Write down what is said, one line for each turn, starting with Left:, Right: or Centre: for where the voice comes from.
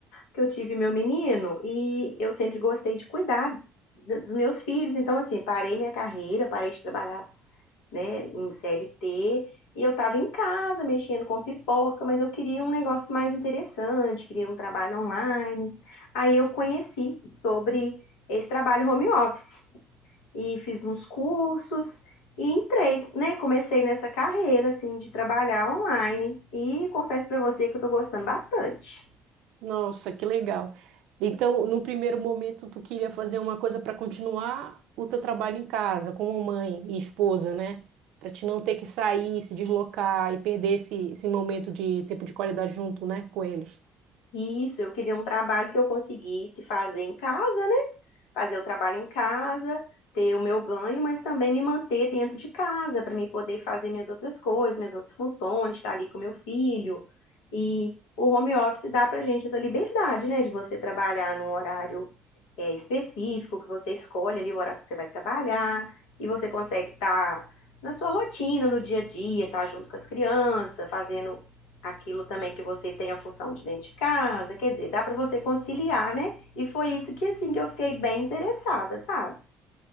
Left: que eu tive meu menino, e eu sempre gostei de cuidar d- dos meus filhos. Então, assim, parei minha carreira, parei de trabalhar, né, em CLT, e eu estava em casa mexendo com pipoca, mas eu queria um negócio mais interessante, queria um trabalho online. Aí eu conheci sobre esse trabalho home office. e fiz uns cursos e entrei, né? Comecei nessa carreira assim de trabalhar online e confesso para você que eu tô gostando bastante.
Right: Nossa, que legal. Então, no primeiro momento, tu queria fazer uma coisa para continuar o teu trabalho em casa, como mãe e esposa, né? Para te não ter que sair, se deslocar e perder esse, esse momento de tempo de qualidade junto, né, com eles.
Left: Isso, eu queria um trabalho que eu conseguisse fazer em casa, né? Fazer o trabalho em casa, ter o meu ganho, mas também me manter dentro de casa para me poder fazer minhas outras coisas, minhas outras funções, estar ali com meu filho. E o home office dá para gente essa liberdade, né? De você trabalhar num horário é, específico, que você escolhe ali o horário que você vai trabalhar e você consegue estar na sua rotina, no dia a dia, estar junto com as crianças, fazendo aquilo também que você tem a função de dentro de casa, quer dizer, dá para você conciliar, né? E foi isso que assim que eu fiquei bem interessada, sabe?